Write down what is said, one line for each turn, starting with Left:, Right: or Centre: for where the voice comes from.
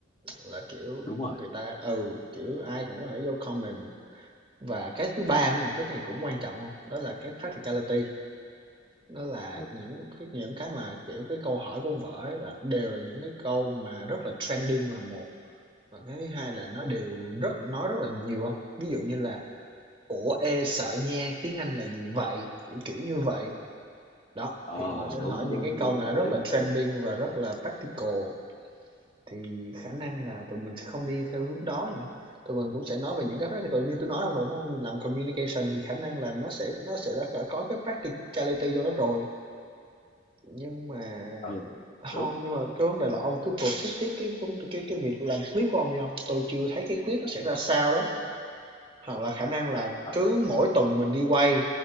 Right: là kiểu
Left: đúng rồi
Right: người ta ừ kiểu ai cũng có thể vô comment và cái thứ ba nữa là cái này cũng quan trọng không đó là cái practicality đó là
Left: ừ.
Right: những những cái mà kiểu cái câu hỏi của ông vợ ấy là đều là những cái câu mà rất là trending là một Và cái thứ hai là nó đều rất nói rất là nhiều không Ví dụ như là "Ủa, ê, sợ nha, tiếng Anh là gì vậy?" Kiểu, kiểu như vậy. Đó,
Left: ờ
Right: thì họ sẽ
Left: đúng
Right: hỏi những
Left: đúng
Right: cái câu
Left: đúng
Right: mà
Left: hợp
Right: rất
Left: lý
Right: là
Left: hợp
Right: trending
Left: lý
Right: và rất là practical, thì khả năng là tụi mình sẽ không đi theo hướng đó nhỉ. Tụi mình cũng sẽ nói về những cái practical như tôi nói ông rồi, đúng hông? Làm communication thì khả năng là nó sẽ nó sẽ đã có cái practicality cho nó rồi, nhưng mà
Left: ừ
Right: không
Left: đúng
Right: nhưng mà cái vấn đề là ông cứ proceed tiếp cái cái cái việc làm clip của ông đi không tôi chưa thấy cái clip nó sẽ ra sao đấy. Hoặc là khả năng là
Left: ờ.
Right: cứ mỗi tuần mình đi quay,